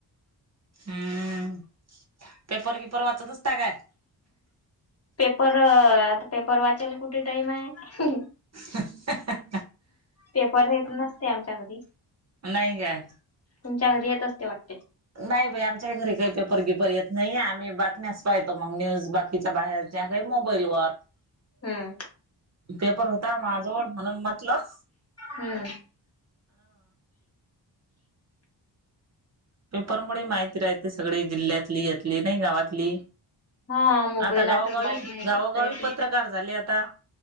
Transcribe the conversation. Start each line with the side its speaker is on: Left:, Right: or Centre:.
Right: हम्मं पेपर किपर वाचतं असतां कायं
Left: पेपर आंता पेपर वाचांयला कुठे टाईम आहे
Right: हं हं हं
Left: पेपर हेेतं नसते आमच्यां घरी
Right: नाही काय
Left: तुमच्यां घरी येतं असते वाटते
Right: नाहीं बाई आमच्यां घरी कांहीं पेपर परी परर्यतं नाहीं आम्हीं बातमी पाहतो मगं न्यूंज बाकीच्या बाहेर त्यां कायं मोबाईल वरं
Left: हम्म
Right: पेपर होते माझंवडं म्हणूंन म्हटलं
Left: हम्म
Right: पेपरमुळे माहिती राहते सगळे जिल्ह्यांतली यांतली नाहीं गावांतली
Left: हा मोबाईल
Right: आंता गावोगावी
Left: आता बातमी येत
Right: गावोगावी
Left: असत येते
Right: पत्रकांर झाले आंता